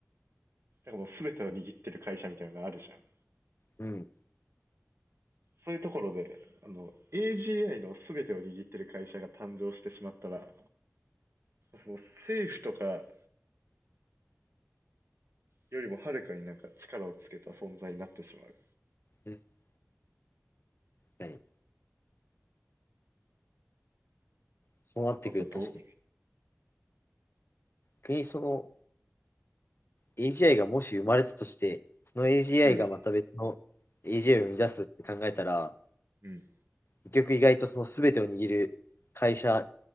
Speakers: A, on the right; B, on the left.
A: もう全てを握ってる会社みたいなのがあるじゃん。
B: うん。
A: そういうところで、あの、AGI の全てを握ってる会社が誕生してしまったら、その政府とかよりもはるかになんか力をつけた存在になってしまう。
B: 確かに。そうなってくる、
A: あとはどう
B: 確かに。逆にその AGI がもし生まれたとして、その AGI
A: うん、
B: がまた別の AGI を生み出すって考えたら、
A: うん、
B: 結局意外とその全てを握る会社